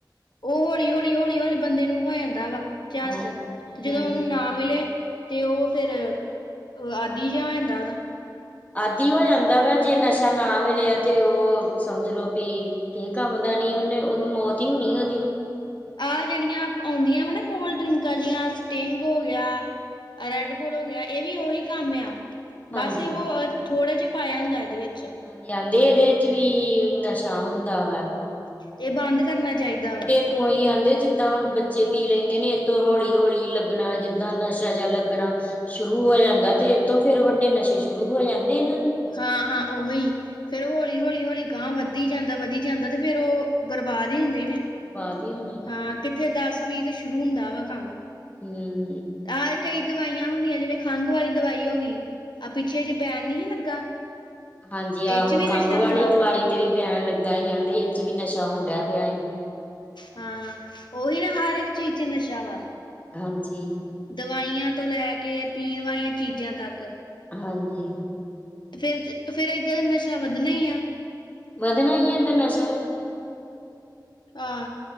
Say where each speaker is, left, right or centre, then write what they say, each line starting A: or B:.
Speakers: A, on the left; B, on the left.
A: ਉਹ ਹੌਲੀ, ਹੌਲੀ, ਹੌਲੀ, ਹੌਲੀ ਬੰਦੇ ਨੂੰ ਹੋ ਜਾਂਦਾ ਵਾ- ਚੱਸੱ
B: ਹਮ
A: ਜਦੋਂ
B: ਹਮ
A: ਔਨੂੰ ਨਾ ਮਿਲੇ, ਤੇ ਔ ਫੇਰ ਉਹ ਆਦਿ ਜਿਹਾ ਹੋ ਜਾਂਦਾ ਉਹਦਾ
B: ਆਦਿ ਹੋ ਜਾਂਦਾ ਵਾ। ਜੇ ਨਸ਼ਾ ਨਾ ਮਿਲਿਆ, ਤੇ ਔ ਸਮਝ ਲੋ ਵੀ ਕੇ ਕੰਮ ਦਾ ਨੀ, ਔਨੇ-ਔਨੂੰ ਮੌਤ ਹੀ ਹੋਣੀ ਏ
A: ਆਂ ਜੜੀਆਂ ਆਉਂਦੀਆਂ ਵਾ ਨਾ, ਕੋਲਡ ਡਰਿੰਕਾਂ ਜੀਆਂ ਸਟਿੰਗ ਹੋ ਗਿਆ। ਰੈਡ ਬੋਲ ਹੋ ਗਿਆ, ਇਹ ਵੀ ਉਹੀ ਕੰਮ ਆ
B: ਹਾਂਜੀ
A: ਬਸ, ਏਹੋ ਥੋੜਾ ਜ ਪਾਏਆ ਹੁੰਦਾ ਏਦੇ ਵਿੱਚ।
B: ਹਾਂਜੀ, ਆਂਦੇ ਏੱਦੇ ਚ ਵੀ ਨਸ਼ਾ ਹੁੰਦਾ ਵਾ।
A: ਇਹ ਬੰਦ ਕਰਨਾ ਚਾਹੀਦਾ ਵਾ
B: ਤੋਂੋਂ ਹੀ ਆਉਂਦੇ, ਜਿੱਦਾਂ ਹੁਣ ਬੱਚੇ ਪੀ ਲੈਂਦੇ ਨੇ ਇੱਥੋਂ ਹੌਲੀ ਹੌਲੀ ਲੱਗਣਾ ਜਿੱਦਾਂ ਨਸ਼ਾ ਜਿਹਾ ਲੱਗਣਾ ਸ਼ੁਰੂ ਹੋ ਜਾਂਦਾ ਤੇ ਇਹਤੋਂ ਫੇਿਰ ਵੱਡੇ ਨਸ਼ੇ ਸ਼ੁਰੂ ਹੋ ਜਾਂਦੇ ਇਹਨਾਂ ਦੇ
A: ਹਾਂ ਹਾਂ, ਉਹੀ ਫੇਰ ਹੌਲੀ ਹੌਲੀ ਹੌਲੀ ਗਾਂਹ ਵੱਧੀ ਜਾਂਦਾ, ਵਧੀ ਜਾਂਦਾ ਤੇ ਫੇਰ ਉਹ ਬਰਬਾਦ ਹੀ ਹੁੰਦੇ ਨੇ
B: ਬਰਬਾਦ ਹੀ ਹੋਣੀ
A: ਹਾਂ ਕਿੱਥੇ ਦਸ-ਵੀ, ਤੇ ਸ਼ੁਰੂ ਹੁੰਦਾ ਵਾ ਕਾੰਮ।
B: ਹਮ
A: ਆਹ ਕਈ ਦਵਾਈਆਂ ਹੁੰਦੀਆਂ, ਜਿਵੇਂ ਖੰਘ ਵਾਲੀ ਦਵਾਈ ਹੋ ਗਈ ਆਹ ਪਿੱਛੇ ਜੇ ਬੈਨ ਨਹੀਂ ਲੱ <unintelligible> ਲੱਗਾ
B: ਹਾਂਜੀ ਆਹੋ,
A: ਇਹ ਚ ਵੀ ਨਸ਼ਾ
B: ਖੰਘ
A: ਹੁੰਦਾ
B: ਵਾਲੀ ਦਵਾਈ ਤੇ ਵੀ ਬੈਣ ਲੱਗਾ ਹੀ ਕਹਿੰਦੇ ਇਹ ਚ ਵੀ ਨਸ਼ਾ ਹੋ ਡਿਆ ਪਿਆ ਹੈਏ
A: ਹਾਂ, ਔਹੀ ਨਾ, ਹਰ ਏੱਕ ਚੀਜ਼ ਚ ਨਸ਼ਾ ਵਾ।
B: ਹਾਂਜੀ।
A: ਦਵਾਈਆਂ ਤੋਂ ਲੈ ਕੇ, ਪੀਣ ਵਾਲੀਆਂ ਚੀਜ਼ਾਂ ਤੱਕ।
B: ਹਾਂਜੀ।
A: ਫੇਰ ਫੇਿਰ ਇਏਦਾਂ ਦਾ ਨਸ਼ਾ ਵੱਧਣਾ ਹੀ ਆ
B: ਵੱਧਣਾ ਈ ਐ, ਏਦਾਂ ਨਸ਼ਾ।
A: ਹਾਂ,